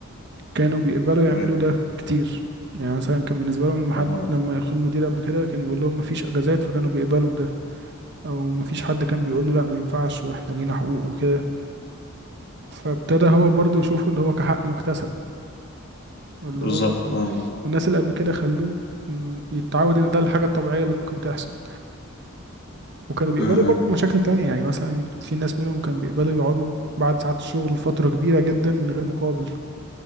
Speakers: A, on the right; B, on the left.
A: كانوا بيقبلوا يعملوا
B: تمام
A: ده كتير يعني مثلا كان بالنسبة لهم لما حد
B: اه
A: لما يدخل المدير قبل كده كان يقول لهم مفيش اجازات فكانوا بيقبلوا بده او مفيش حد كان بيقول له لا ما ينفعش واحنا لينا حقوق وكده فابتدى هو برضه يشوفه ان هو كحق مكتسب اللي
B: بالظبط
A: هو
B: اه
A: الناس اللي قبل كده خلوه م، يتعود ان ده الحاجة الطبيعية اللي ممكن تحصل وكانوا بيقبلوا
B: م-
A: برضه
B: م.
A: مشاكل تانية يعني مثلا في ناس منهم كانوا بيقبلوا يقعدوا بعد ساعات الشغل فترة كبيرة جدا من غير مقابل